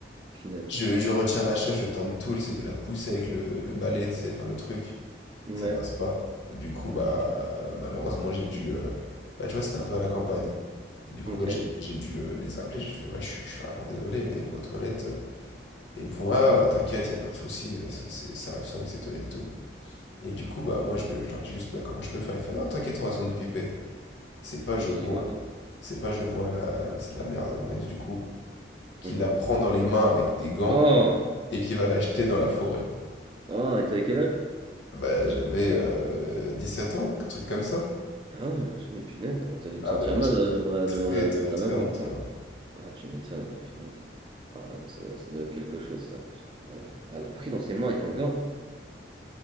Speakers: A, on the right; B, on the left.
A: finesse.
B: Je, je retire la chasse, je tente tout, j'essaie de la pousser avec le, le balai, tu sais, enfin le truc.
A: Ouais.
B: ça passe pas. Du coup, bah,
A: Tu fais quoi?
B: euh, malheureusement, j'ai dû. euh, bah, tu vois, c'était un peu à la campagne. Du coup,
A: Ok.
B: bah, j'ai j'ai dû euh, les appeler. J'ai fait, ouais, je suis je suis vraiment désolé, mais vos toilettes. euh, Et ils me font, ah, t'inquiète, y a pas de souci, euh, ça, c'est- ça arrive souvent avec ces toilettes et tout. Et du coup, bah, moi, je, lui- je leur dis juste, bah, comment je peux faire? Ils font, non, t'inquiète, on va s'en occuper. C'est pas,
A: Toi,
B: je
A: Tu
B: vois.
A: dis quoi, toi?
B: C'est pas, je vois la, c'est la mère de mon ex, du coup, qui
A: Mmh.
B: la prend dans les mains avec des gants
A: Oh,
B: et qui va l'acheter dans la forêt.
A: ah, et t'avais quel âge?
B: Bah, j'avais euh, sept ans, un truc comme ça.
A: Ah oui, je dis, punaise, t'as dû
B: Ah
A: te sentir
B: ben là,
A: mal là, devant la,
B: Très,
A: devant la,
B: très,
A: devant la
B: très
A: maman
B: honte,
A: après.
B: là.
A: Ah, tu m'étonnes, ah, punaise. Ah ouais, non, ça, ça doit être quelque chose, ça. Putain, ouais. Elle a pris dans ses mains avec un gant.